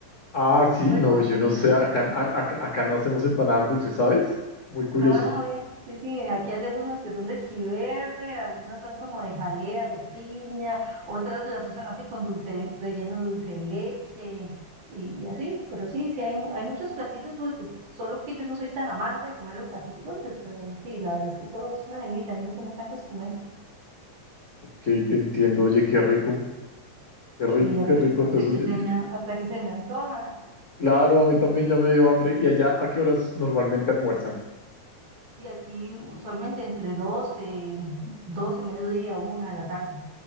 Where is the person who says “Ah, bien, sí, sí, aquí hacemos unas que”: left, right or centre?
Right